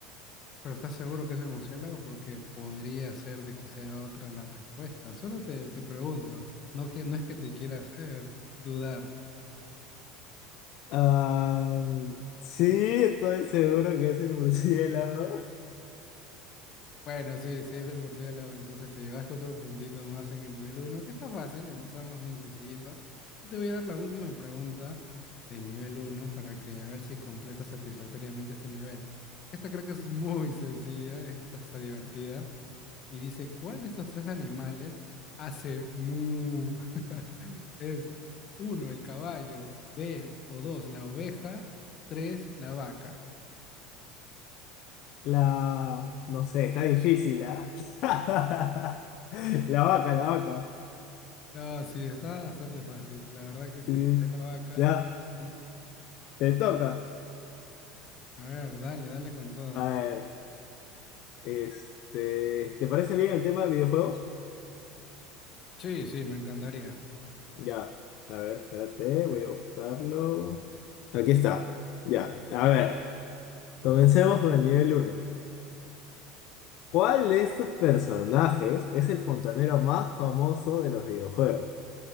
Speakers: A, on the left; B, on the left.
A: Pero estás seguro que es el murciélago porque podría ser de que sea otra la respuesta. Solo te, te pregunto, no que, no es que te quiera hacer dudar.
B: Ah, sí, estoy seguro que es el murciélago.
A: Bueno, sí, sí es el murciélago, entonces te llevaste otro puntito más en el nivel uno. que está fácil, empezamos bien sencillito. Y te voy a dar la última pregunta del nivel uno para que a ver si completas satisfactoriamente este nivel. Esta creo que es muy sencilla, esta está divertida. Y dice, ¿cuál de estos tres animales hace mu? <laughs> Es uno, el caballo, B o dos, la oveja, tres, la vaca.
B: La, no sé, está difícil, ¿ah? <laughs> La vaca, la vaca.
A: No, sí, está bastante fácil, la verdad que
B: Sí.
A: sí, es la vaca.
B: Ya,
A: En-
B: te toca.
A: A ver, dale, dale con todo.
B: A ver, este, ¿te parece bien el tema de videojuegos?
A: Sí, sí, me encantaría.
B: Ya, a ver, espérate, voy a buscarlo. Aquí está, ya. A ver, comencemos con el nivel uno ¿Cuál de estos personajes es el fontanero más famoso de los videojuegos?